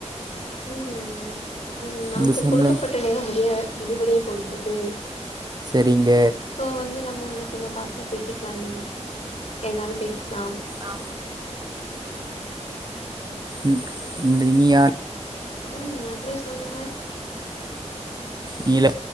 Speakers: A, on the left; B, on the right.
A: ம் ம் நமக்கு
B: இந்த செம்ல
A: கொடுக்கப்பட்ட நேரம் முடிய முடிவடைய போகிறது
B: சேரிங்க
A: ஸோ வந்து நம்ம வந்து கொஞ்சோ ஃபாஸ்ட்டா பேசிக்கலாமே எதனாலு பேசிக்கலாம்
B: ஆ ங்க் இந்த இனியார்
A: ம் அப்புறோ சொல்லுங்க
B: நீல